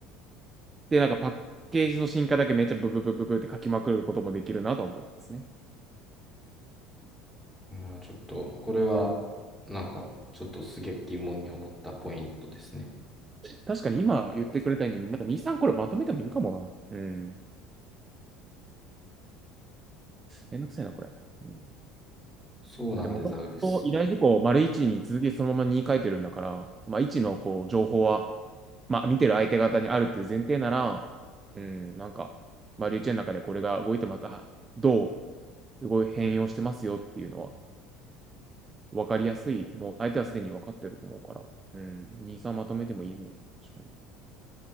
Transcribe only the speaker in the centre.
だからちょっと、これは、なんか、ちょっとすげえ疑問に思ったポイントですね。
そうなんでザウルス。